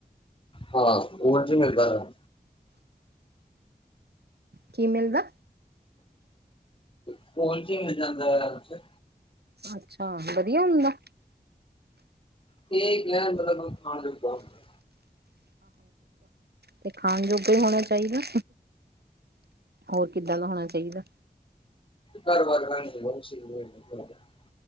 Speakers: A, on the left; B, on the right.
A: ਹਾਂ ਸਕੂਲ ਚ ਹੀ ਮਿਲਦਾ ਗਾ।
B: ਕੀ ਮਿਲਦਾ?
A: ਸਕੂਲ ਚ ਹੀ ਮਿਲ ਜਾਂਦਾ ਹੈ
B: ਅੱਛਾ। ਵਧੀਆ ਹੁੰਦਾ?
A: ਠੀਕ ਖਾਣ ਜੋਗਾ <unintelligible>
B: ਤੇ ਖਾਣ ਜੋਗਾ ਹੀ ਹੋਣਾ ਚਾਹੀਦਾ। ਹੋਰ ਕਿੱਦਾਂ ਦਾ ਹੋਣਾ ਚਾਹੀਦਾ?
A: ਬਰ ਬਰ ਰਾਂ <unintelligible>